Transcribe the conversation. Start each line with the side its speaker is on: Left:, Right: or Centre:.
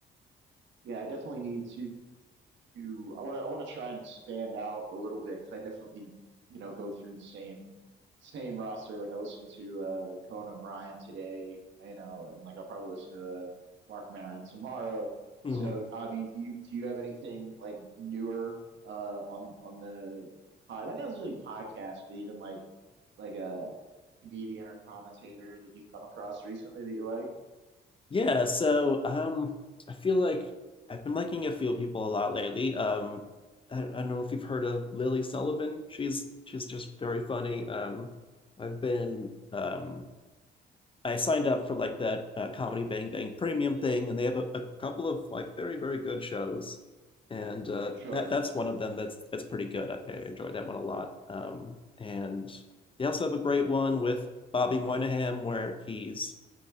Right: Yeah, I definitely need to to I want to I want to try and expand out a little bit because I definitely you know go through the same same roster. Like I listened to uh Conan O'Brien today, you know, and like I'll probably listen to uh, Mark Maron tomorrow.
Left: hmm
Right: So I mean, do you do you have anything like newer uh on on the pod? Not necessarily podcast, but even like like a comedian or commentator that you've come across recently that you like?
Left: Yeah, so um, I feel like I've been liking a few people a lot lately. Um, I, I don't know if you've heard of Lily Sullivan. She's she's just very funny. Um, I've been um, I signed up for like that uh, Comedy Bang Bang Premium thing, and they have a, a couple of like very very good shows, and uh,
Right: Sure.
Left: that that's one of them that's that's pretty good. I, I enjoy that one a lot. Um, and they also have a great one with Bobby Moynihan where he's